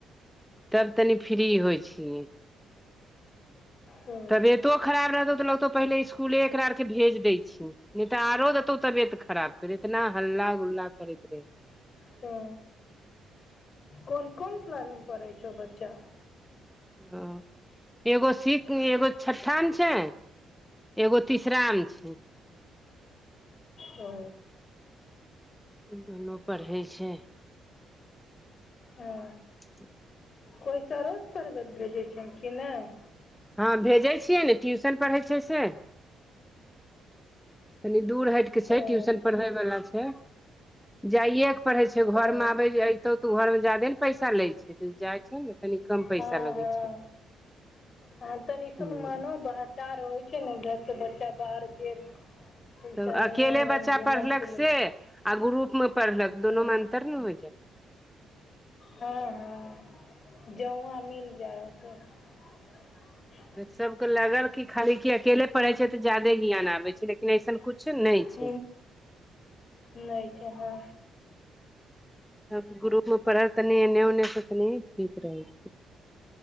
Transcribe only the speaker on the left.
हँ
ह कोन कोन क्लास मे पढ़ै छौ बच्चा
ओ
ओ
कोइ सरोस पर भेजै छै कि नहि
ओ
ओ
हँ
हँ
हँ तनि सुनमनो
बहटार होइ छै ने घर से बच्चा बाहर गेल ट्यूशन
एन्ने ओन्ने
घूमल
फिरल
हँ
हँ हँ जउआँ मिल जाएतऽ <unintelligible>
<unintelligible>
नहि छै हाँ